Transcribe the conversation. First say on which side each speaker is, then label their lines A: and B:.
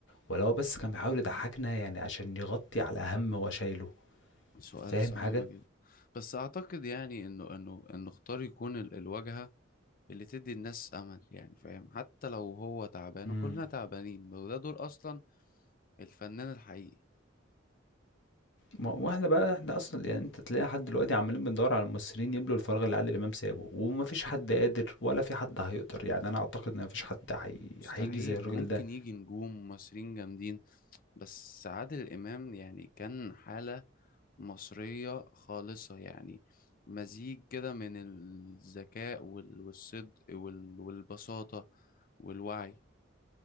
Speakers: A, on the left; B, on the left.
A: ولا هو بس كان بيحاول يضحكنا يعني عشان يغطي على هم هو شايله
B: سؤال
A: فاهم
B: صعب
A: حاجة
B: جدا بس اعتقد يعني انه انه انه اختار يكون ال- الواجهة اللي تدي الناس امل يعني فاهم حتى لو هو تعبان
A: امم
B: وكلنا تعبانين وده دور اصلا الفنان الحقيقي
A: ما- واحنا بقى احنا اصلا يعني انت تلاقي حد دلوقتي عمالين بندور على الممثلين يملوا الفراغ اللي عادل امام سابه ومفيش حد قادر ولا في حد هيقدر يعني انا اعتقد ان مفيش حد هي...
B: مستحيل
A: هيجي زي الراجل
B: ممكن
A: ده
B: يجي نجوم مصريين جامدين بس عادل امام يعني كان حالة مصرية خالصة يعني مزيج كده من الذكاء وال- والصدق وال- والبساطة والوعي